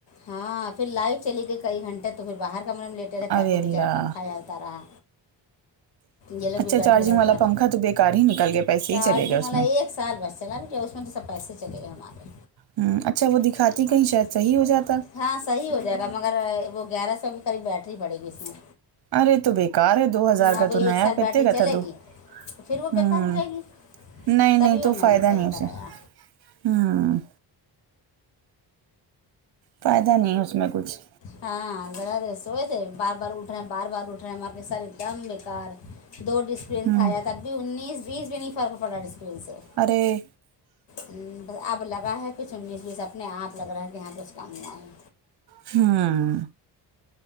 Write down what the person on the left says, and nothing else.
ہاں پھر لائٹ چلی گئی کئی گھنٹے تو پھر باہر کمرے میں لیٹے رہتا
ہے افو
پھر بچارا پنکھا طرح یہ لوگ
بھی بیٹے
رہا اندر
چارجنگ
ملا
ایک ایک سال بس چلا بھیٹ اس میں تو سب پیسے چلے گئے ہمارے
<unintelligible>
ہاں صحیح ہو جائے گا مگر وہ گیارہ سو کے قریب بیٹری پڑے گی اس میں
اب
ایک
سال
بیٹری
چلے
گی پھر وہ
بیکار ہو جائے گی
تبھی
ہم نے
صحیح
کرایا
ہاں ر سوئے تھے بار بار اٹ رہے ہیں بار بار اٹھ رہے ہیں ہمار کے سر ایک دم بےیکار دو ڈسپین
کھایا تب بھی انیس بیس میں نہیں فرق پڑا ڈسپین سے
ہوں اب لگا ہے کچھ انیس بیس اپنے آپ لگ رہا ہے کہ یہاں کچھ کم نہیں ہے